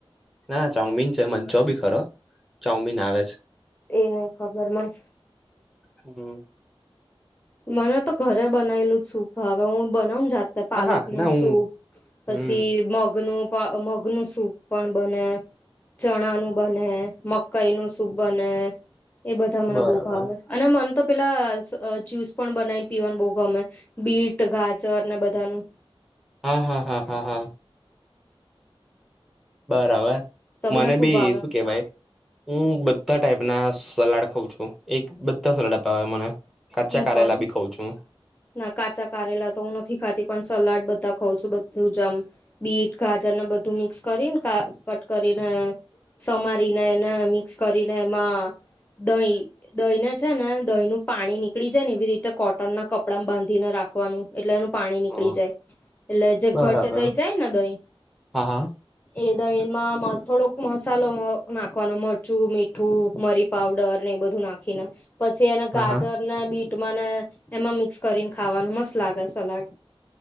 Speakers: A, in the centre; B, on the left (about 20°).
A: ના ના ચાઉમીન છે મનચાઉ બી ખરો ચાઉમીન આવે છે
B: એ નહ ખબર મળ
A: હમ્મ
B: મને તો ઘરે બનાયલું જ સુખ હવે હું બનાવને જા પાલક
A: હા હા
B: નું
A: ના હું
B: સૂપ પછી
A: હમ
B: મગનું મગ નું સૂપ પણ બને ચણા નું બને મકાઈ નું સૂપ બને એ બધા મને
A: બરાબર
B: બહુ ભાવ આવે અને મને તો પેલા જ્યુસ પણ બનાવીને પીવાનું બહુ ગમે બીટ ગાજર ને બધાનું
A: હા હા હા હા હા બરાબર
B: તમને
A: મને બી
B: ભાવે
A: શું કેવાય હું બધા ટાઈપ ના સલાડ ખઉં છું એક બધા સોડ મને કાચા
B: હું
A: કરારેલા
B: પણ
A: બી ખઉ છું
B: ના કાચા કારેલા તો હું નથી ખાતી પણ સલાડ બધા ખઉં છું બધું જ આમ બીટ ગાજરને બધું મિક્સ કરીને કટ કરીને સમારીને એને મિક્સ કરીને એમાં દહીં દહીને છે ને દહીં નું પાણી ની નીકળી જાય ને એવી રીતે કોટન ના કપડા બાંધીને રાખવાનું એટલે એનું પાણી નીકળી
A: હ
B: જાય એટલે જે
A: બરાબર
B: ઘટ થઈ જાયને દહીં
A: હા હા
B: એ દહીમાં થોડોક મસાલો નાખવાનો મરચું મીઠું મરી પાવડર ને એ બધું નાખીને પછી એને
A: હા
B: ગાજર
A: હા
B: ના બીટમાંને એમાં મિક્સ કરીને ખાવાનું મસ્ત લાગે સલાડ.